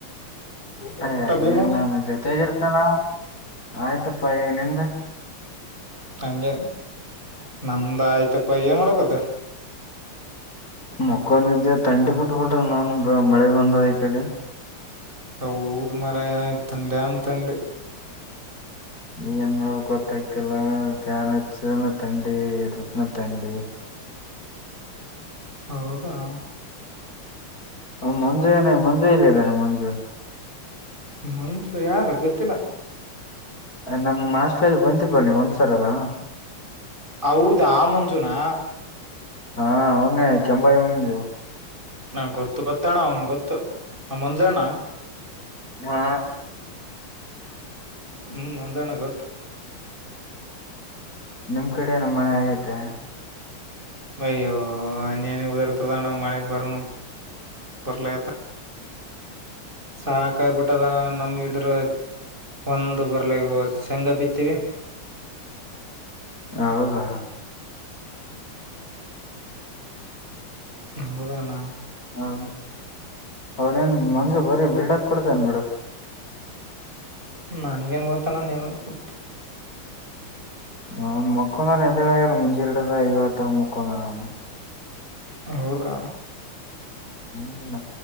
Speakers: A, on the left (about 40°); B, on the right (about 20°).
A: ಯ ಹಂಗಗೆ
B: ಭೀಮು
A: ನಾನು ಜೊತೆಗ ಇರ್ತಾನ ಆಯ್ತಪ್ಪಾ ನಿಂದ
B: ಹಗೆ ನಂದ ಆಯ್ತಪ್ಪ ಏನ್ ಮಾಡಕತ್ತ
A: ಮಕ್ಕಂದ ಇದಿದ್ದೆ ತಂಡಿ ಬಿಟ್ಬಿಟ ನಾನ್ ಮಳೆ ಬಂದದ ಈ ಕಡೆ
B: ಹೌದ ಮರಯ ಇತ್ತಂಡನ್ಂತಂಡ
A: ಈ ಎಮ ಕೊತಕ್ಟಲ್ಲ ಫ್ಯಾನ್ನ್ನ ತಂಡಿ ಇಕ್ಕನ ತಂಡಿ
B: ಹೌದಾ
A: ಹ ಮಂಜುನ ಮಂಜು ಇಲ್ಲ ಇದ್ದೇನೆ ಮಂಜು
B: ಮುಂದು ಯಾರು ಗೊತ್ತಿಲ್ಲ
A: ನಮ್ಮ್ ಆಸ್ಲಲ್ಲಿ ಬಂದಿ ಬ ನೀವು್ ಒಂದ್ಸರ ಅಲ್ಲಾ
B: ಹೌದಾ ಆ ಮಂಜುನಾ
A: ಹಾ ಅವನೇ ಚಂಬಾರಿ ಮಂಗ
B: ನಂಗ ಗೊತ್ತು ಗೊತ್ತಣ ಅವನ್ ಗೊತ್ತು ಆ ಮಂಜಣ್ಣ
A: ಹಾ
B: ಹ್ಮ್ ಒಂದಾಣ ಗೊತ್ತು
A: ನಿಮ್ ಕಡೆನ ಮಳೆ ಆಗೈತೆ
B: ಅಯ್ಯೋ ಉದಾರತದಣ ಮಾಡಳಿ ಬರ ಬಲ ಸಾಕಾಯಬಿಟ್ಟದ ನಮ್ ಇದ್ರ ಒಂದು ಬರ್ಲೆಗ ಶೇಂಗ ಬಿತ್ತೀವಿ
A: ಹೌದಾ
B: ಹೌದಣ
A: ಹಾ ಅವೌ ನ್ ಮಂಜು ಬರೀ ಬಿಲ್ಡಪ್ ಕೊಡ್ತನ್ ಬಿಡು
B: ನನ್ಗೇನ್ ಗೊತ್ತಾನ ನನ ಗೊತ್ತ
A: ಹ ಮಕ್ಕಂದನ ಎದಳ ಆಗಲ್ಲ ಮುಂಜೆರಡದ ಇಐವತ್ತಾಗ ಮಕ್ಕಂದನ ಅವನು
B: ಹೌದಾ
A: ಹ್ಮ್